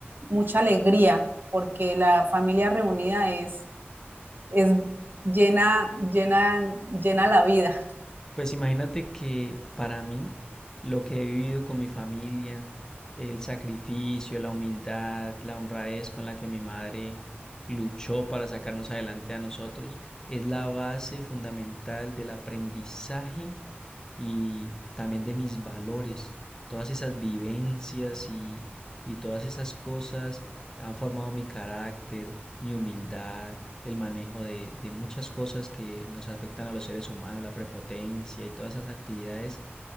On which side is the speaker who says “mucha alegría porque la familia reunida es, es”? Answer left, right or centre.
Right